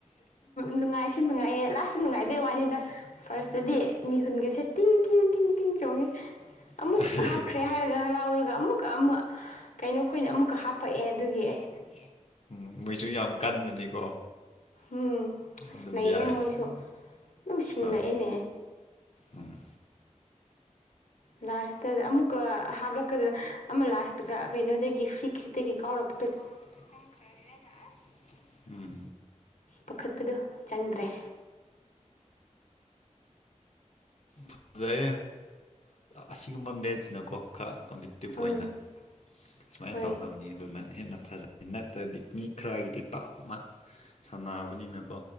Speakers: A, on the left (about 80°); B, on the left (about 60°).
A: ꯅꯨꯡꯉꯥꯏꯁꯨ ꯅꯨꯡꯉꯥꯏꯌꯦ ꯂꯥꯁꯁꯨ ꯅꯨꯡꯉꯥꯏꯕꯩ ꯋꯥꯅꯤꯗ ꯐꯥꯔꯁꯇꯗꯤ ꯃꯤꯍꯨꯟꯒꯁꯦ ꯇꯤꯡ ꯇꯤꯡ ꯇꯤꯡ ꯇꯤꯡ ꯆꯣꯡꯉꯦ ꯑꯃꯨꯛ
B: ꯑꯍꯨꯝ ꯆꯣꯡꯉꯦ
A: ꯍꯥꯞꯈ꯭ꯔꯦ ꯍꯥꯏꯔꯒ ꯍꯔꯥꯎꯔꯒ ꯑꯃꯨꯛꯀ ꯑꯃ ꯀꯩꯅꯣ ꯑꯩꯈꯣꯏꯅ ꯑꯃꯨꯛꯀ ꯍꯥꯞꯄꯛꯑꯦ ꯑꯗꯨꯒꯤ ꯑꯩ
B: ꯑꯗꯨꯒꯤ꯫ ꯎꯝ ꯃꯩꯁꯨ ꯌꯥꯝ ꯀꯟꯕꯅꯤꯀꯣ
A: ꯎꯝ ꯑꯁ
B: ꯑꯗꯨꯝ
A: ꯅꯩꯌꯦ
B: ꯌꯥꯏ
A: ꯃꯣꯏꯁꯨ ꯑꯗꯨꯝ ꯁꯤꯡꯂꯛꯑꯦꯅꯦ
B: ꯍꯣꯏ ꯎꯝ
A: ꯂꯥꯁꯇ ꯑꯃꯨꯛꯀ ꯍꯥꯞꯂꯛꯀꯗ꯭ꯔꯥ ꯑꯃ ꯂꯥꯁꯇꯒ ꯀꯩꯅꯣꯗꯒꯤ ꯐ꯭ꯔꯤꯛꯁꯇꯒꯤ ꯀꯥꯎꯔꯛꯄ
B: ꯀꯥꯎꯔꯛꯄꯗ ꯆꯪꯈ꯭ꯔꯒꯗꯅ ꯑꯁ ꯎꯝ
A: ꯄꯥꯈꯠꯄꯗꯣ ꯆꯪꯗ꯭ꯔꯦ꯫
B: ꯐꯖꯔꯦ ꯑꯁꯤꯁꯤ ꯀ ꯃꯦꯆ ꯅꯅꯥꯀꯣꯥ ꯀꯄ ꯇꯤꯞ
A: ꯎꯝ
B: ꯑꯣꯏꯅ ꯁꯨꯃꯥꯏꯅ
A: ꯍꯣꯏ
B: ꯇꯧꯗꯕꯅꯤ ꯑꯗꯨꯅ ꯍꯦꯟꯅ ꯐꯖꯩ ꯅꯠꯇ꯭ꯔꯗꯤ ꯃꯤ ꯈꯔꯒꯤꯗꯤ ꯇꯥꯞꯅ ꯁꯥꯟꯅꯕꯅꯤꯅꯀꯣ